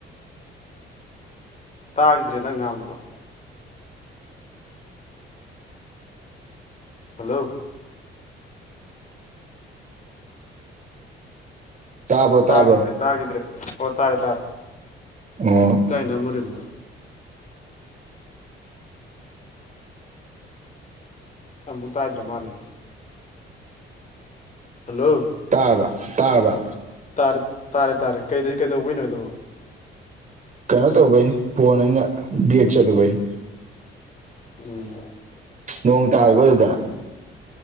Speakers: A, on the left; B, on the right.
A: ꯇꯥꯒꯤꯗ꯭ꯔꯦ ꯅꯪ ꯉꯥꯡꯕꯗꯣ ꯍꯜꯂꯣ
B: ꯇꯥꯕ꯭ꯔꯣ ꯇꯥꯕ꯭ꯔꯣ
A: ꯇꯥꯒꯤꯗ꯭ꯔꯦ ꯇꯥꯒꯤꯗ꯭ꯔꯦ ꯑꯣ ꯇꯥꯔꯦ ꯇꯥꯔꯦ
B: ꯑꯣ
A: ꯀꯥꯏꯅꯥ <inaudible> ꯑꯃꯨꯛ ꯇꯥꯏꯗ꯭ꯔ ꯃꯥꯜꯂꯦꯅꯦ ꯍꯜꯂꯣ
B: ꯇꯥꯔꯕ ꯇꯥꯔꯕ
A: ꯇꯥꯔꯦ ꯇꯥꯔꯦ ꯇꯥꯔꯦ ꯀꯩꯗ ꯀꯩꯗꯧꯕꯏ ꯅꯣꯏꯗꯧꯕ
B: ꯀꯩꯅꯣ ꯇꯧꯕꯩꯅꯤ ꯐꯣꯟ ꯑꯩꯅ ꯕꯒ ꯆꯠꯂꯨꯕꯩꯅꯤ
A: ꯎꯝ
B: ꯅꯣꯡ ꯇꯥꯔꯒꯣ ꯑꯗꯨꯗ